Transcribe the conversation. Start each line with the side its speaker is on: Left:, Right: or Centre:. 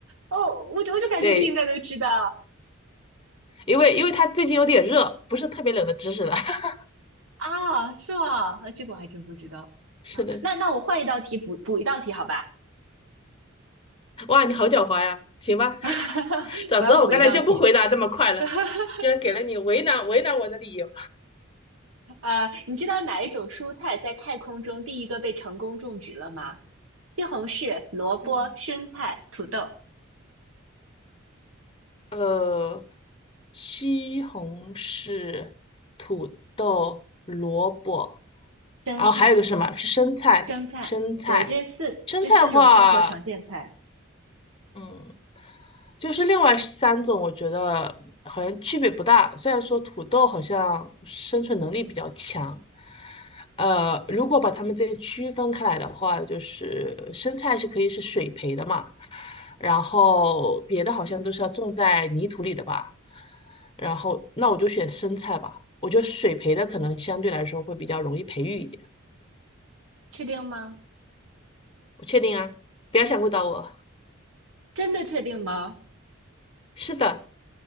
Right: 哦，我就我就感觉你应该都知道
Left: 对，因为因为它最近有点热，不是特别冷的知识了。<laughs>
Right: 啊，是吗？啊，这个我还真不知道啊。
Left: 是的，
Right: 那那我换一道题补补一道题，好吧？
Left: 哇，你好狡猾呀！行吧，
Right: <laughs>
Left: <laughs> 早知道我刚才就不回答那么快了，
Right: 我要补一道题。<laughs>
Left: 居然给了你为难为难我的理由。
Right: 啊，你知道哪一种蔬菜在太空中第一个被成功种植了吗？西红柿、萝卜、
Left: 嗯，
Right: 生菜、土豆、
Left: 呃，西红柿、土豆、萝卜，
Right: 生菜、
Left: 然后还有一个是什么？是生菜，
Right: 生菜，
Left: 生菜，
Right: 对，这四这四种生活常见菜，
Left: 生菜的话，嗯，就是另外三种，我觉得好像区别不大。虽然说土豆好像生存能力比较强，呃，如果把它们这些区分开来的话，就是生菜是可以是水培的嘛，然后别的好像都是要种在泥土里的吧。然后那我就选生菜吧，我觉得水培的可能相对来说会比较容易培育一点。
Right: 确定吗？
Left: 我确定啊，不要想误导我。
Right: 真的确定吗？
Left: 是的，